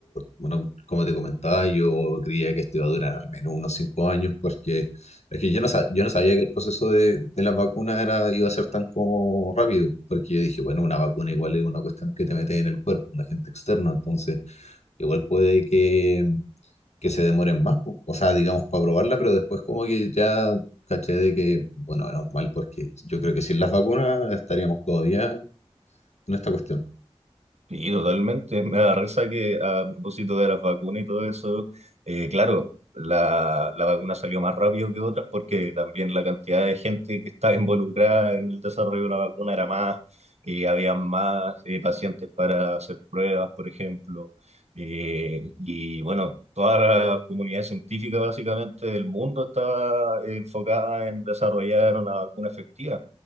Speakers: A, on the left; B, on the right.
A: bueno, como te comentaba, yo creía que esto iba a durar al menos unos cinco años, porque es que yo no, sa- yo no sabía que el proceso de, de las vacunas era, iba a ser tan como rápido, porque yo dije, bueno, una vacuna igual es una cuestión que te metes en el cuerpo, un agente externo, entonces igual puede que, que se demoren más, po. o sea, digamos, para probarla, pero después como que ya caché de que, bueno, menos mal, porque yo creo que sin las vacunas estaríamos todavía en esta cuestión.
B: Sí, totalmente. Me da risa que a propósito de las vacunas y todo eso, eh, claro, la, la vacuna salió más rápido que otras porque también la cantidad de gente que estaba <laughs> involucrada en el desarrollo de una vacuna era más, eh, había más eh, pacientes para hacer pruebas, por ejemplo. Eh, y bueno, toda la comunidad científica básicamente del mundo estaba enfocada en desarrollar una vacuna efectiva.